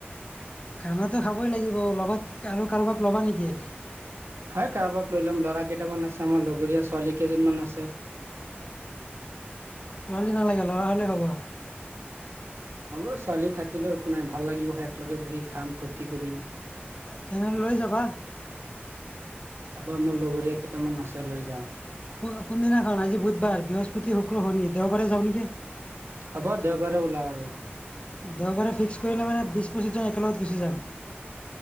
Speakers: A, on the left (about 30°); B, on the right (about 85°).
A: খানাটো খাবই লাগিব। লগত আৰু কাৰোবাক ল'বা নেকি?
B: হয় কাৰোবাক লৈ ল'ম ল'ৰা কেইটামান আছে। আমাৰ লগৰীয়া ছোৱালী কেইজনীমান আছে।
A: ছোৱালী নালাগে! লৰা হলেই হব।
B: হ'ব ছোৱালী থাকিলেও একো নাই ভাল লাগিব, একেলগে বহি খাম, ফূৰ্তি কৰিম।
A: তেনেহলে লৈ যাবা।
B: তাৰপা মোৰ লগৰীয়া কেইটামান আছে লৈ যাওঁ।
A: কো কোনদিনাখন আজি বুধবাৰ, বৃহস্পতি, শুক্ৰ, শনি, দেওবাৰে যাও নেকি?
B: হ'ব, দেওবাৰে ওলাও আৰু।
A: দেওবাৰে ফিক্স কৰিলে মানে বিশ, পঁচিছজন একেলগত গুচি যাম।